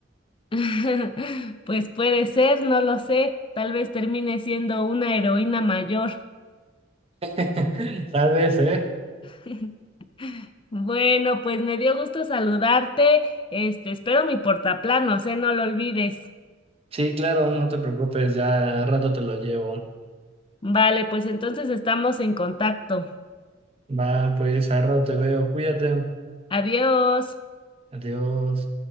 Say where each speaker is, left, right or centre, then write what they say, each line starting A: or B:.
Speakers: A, on the left; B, on the right.
A: <laughs> Pues puede ser, no lo sé. Tal vez termine siendo una heroína mayor.
B: <laughs> Tal vez, ¿eh?
A: <laughs> Bueno, pues me dio gusto saludarte. Este, espero mi portaplanos, ¿eh? No lo olvides.
B: Sí, claro, no te preocupes, ya al rato te lo llevo.
A: Vale, pues entonces estamos en contacto.
B: Va, pues al rato te veo, cuídate,
A: Adiós.
B: adiós.